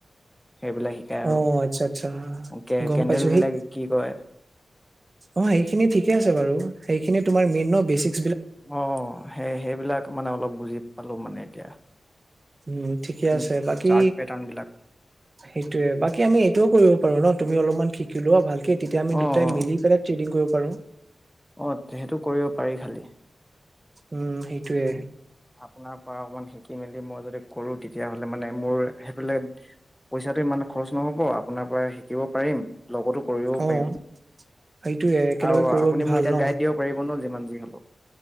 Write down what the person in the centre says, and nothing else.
সেইবিলাক শিকায়
আৰু
কে
কেন্দেল
বিলাক কি কয়।
অ সেই সেইবিলাক মানে অলপ বুজি পালো মানে এতিয়া
উম,
চাৰ্ট পেটাৰ্ণ বিলাক
অ অ
অ সেইটো কৰিব পাৰি খালি।
আপোনাৰ পৰা অকমান শিকি মেলি মই যদি কৰো তেতিয়াাহলে মানে মোৰ সেইফালে পইচাটো ইমান খৰচ নহব আপোনাৰ পৰা শিকিব পাৰিম। লগতো কৰিব
পাৰিম
আৰু
আপুনি
মোক এতিয়া
গাইড দিব পাৰিব ন। যিমান যি হলো।